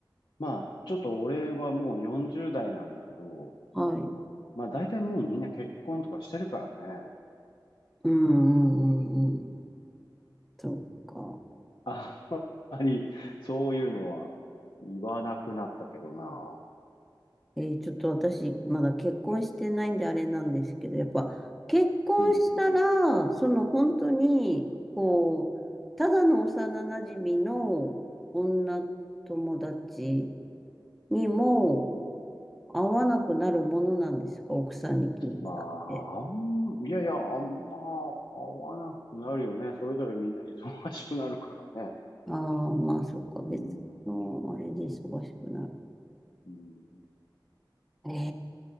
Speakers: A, on the left (about 70°); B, in the centre.
A: まあ、ちょっと俺はもう40代なんだけど、
B: はい。
A: まあ大体もうみんな結婚とかしてるからね。
B: うんうんうんうん。そっか。
A: あんまりそういうのは言わなくなったけどな。
B: えーちょっと私、まだ結婚してないんであれなんですけど、やっぱ結婚したら、
A: うんうん。
B: その本当に、こう、ただの幼馴染の女友達にも、合わなくなるものなんですか奥さんに気を使って。
A: まあ、あん、いやいや、あんま会わなくなるよね。それぞれみんな忙しくなるからね。
B: ああ、まあ、そっか。別の、
A: うん。
B: あれで忙しくなる。
A: うん。
B: ええ